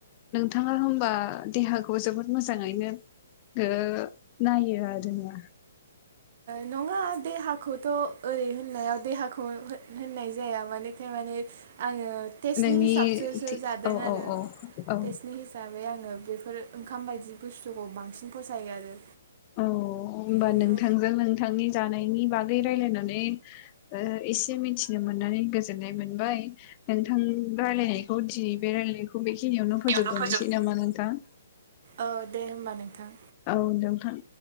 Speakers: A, on the left; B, on the right.
A: थाङा होमबा देहाखौ जोब बहुद मोजाङैनो ओ नायो आरो ना
B: नङा देहाखौथ' ओरै होननायाव देहा खौथ' होननाय जाया माने आं टेस्टनि
A: नोंनि
B: हिसाबैसो जादों
A: औ
B: आरो
A: औ औ औ
B: टेस्टनि हिसाब ओमफ्राय आङो बेफोर ओंखाम बायदि बुस्थुखौ बांसिन फसायो आरो
A: अ होमबा
B: खिन्थु
A: नोंथांजों नों बिथांनि जानायनि बागै रायलायनानै ओ एसे मिथिनो मोननानै गोजोननाय मोनबाय नोंथां रायलायनायखौ दिनै बे रायलायनायखौ बेखिनियावनो फोजोबथ'नोसै
B: बेयावनो फोजोब
A: नामा नोंथां
B: औ दे होम्बा नोंथां
A: औ नोंथां